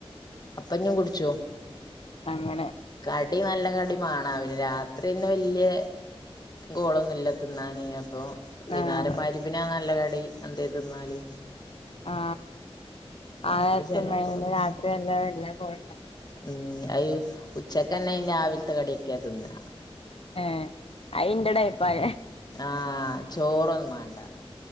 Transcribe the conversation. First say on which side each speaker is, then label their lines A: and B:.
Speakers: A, on the left; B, on the left.
A: അപ്പോ ഞാൻ കുടിച്ചു
B: അങ്ങനെ
A: ക കടിനല്ല കടി മാനവില്ല രാത്രി പിന്നെവേല്യ ഗോളൊന്നു ഇല്ലാ തിന്നാന് നി അപ്പോ വൈന്നാരം
B: ആഹ്
A: മരിമ്പ്ന് ആ നല്ലകടി കടി അതെരു തിന്നാല്
B: ആ
A: രാത്രി
B: ആനേരത്ത്
A: ചെലേപ്പൊക്കെ
B: തിന്നാ പിന്നെ
A: തിന്നും
B: രാത്രി നല്ല <inaudible>
A: ഉം അ ഉച്ചക്ക്ന്നെ രാവിലത്തെകടിയൊക്കെയാ തിന്ന
B: ഏ അയിന്റെടയിപ്പായേ
A: ആഹ് ചോറ് ഒന്നുമണ്ടാ